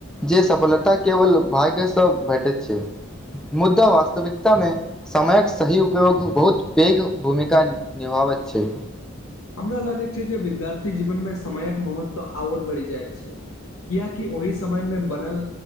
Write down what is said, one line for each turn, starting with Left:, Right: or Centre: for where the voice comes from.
Centre: जे सफलता केवल भाग्यसँ भेटैत छै मुद्दा वास्तविकतामे समयक सही उपयोग बहुत पेघ भूमिका का निभाबैत छै
Left: हमरा लागैत छै जे विद्यार्थी जीवन में समयक महत्व और बढ़ि जायत कियकि ओहि समय मे बनल